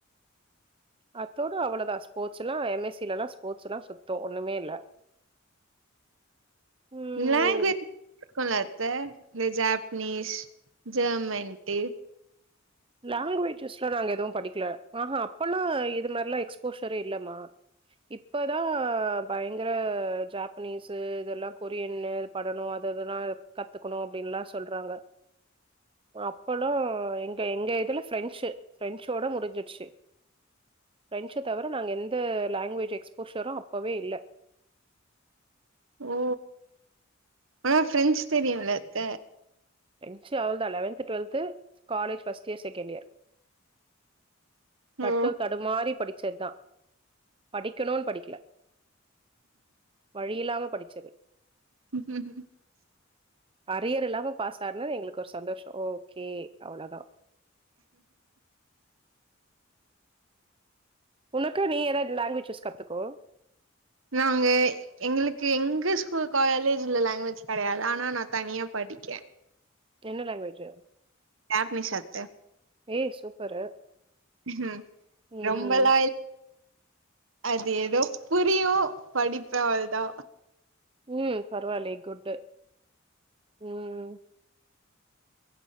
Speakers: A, on the right; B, on the right.
A: அத்தோட அவ்ளதா ஸ்போர்ட்ஸ்ல்லா எம் எஸ் சி லல்லா ஸ்போர்ட்ஸ்ல்லா சுத்தோ ஒண்ணுமே இல்ல ம்
B: லேங்வேஜ் <inaudible> ல்ல அத்த இந்த ஜேப்பனீஸ் ஜெர்மன்ட்டு
A: லாங்குவேஜஸ்லா நாங்க எதுவு படிக்கல ஆஹா அப்பல்லா இது மாரிலா எக்ஸ்போஷரே இல்லமா இப்பதா பயங்கர ஜேப்பனீஸ்ஸு இதெல்லா கொரியன்ல இது பண்ணணு அததுல்லா கத்துக்கணு அப்படின்ல்லா சொல்றாங்க அ அப்பல்லா எங் ப்ப எங்க இதுல ஃப்ரெஞ்சு ஃப்ரெஞ்சோட முடிஞ்சிருச்சி ஃப்ரெஞ்ச தவர நாங்க எந்த லாங்குவேஜ் எக்ஸ்போஷரு அப்பவே இல்ல
B: ஓ ஆனா ஃப்ரெஞ்சு தெரியுல்ல அத்த
A: எங்க்ச்சு அவ்ளதா eleventh twelfth college first year second year தட்டு
B: ஓ
A: தடுமாறி படி சதுதா படிக்கணுன் படிக்கல வழியில்லாம படிச்சது
B: உஹம் உ
A: அரியர் இல்லாம பாஸ் சானது எங்களுக்கு ஒரு சந்தோஷோ ஓகே அவ்ளோதா உனக்கு நீ ஏதாவது லாங்வேஜஸ் கத்துக்கோ
B: நாங்க எங்களுக்கு எங்க ஸ்கூல் காலேஜ்ல லாங்குவேஜ் கிடையாது ஆனா நா தனியா படிக்கே
A: என்ன லாங்வேஜு
B: ஜப்னீஸ் அத்த
A: ஏய் சூப்பரு
B: ம்
A: ம்.
B: ரொம்பல்லா இல் அது ஏதோ புரியு படிப்பே அவள்தா
A: உம் பரவால்லயே குட்டு உம்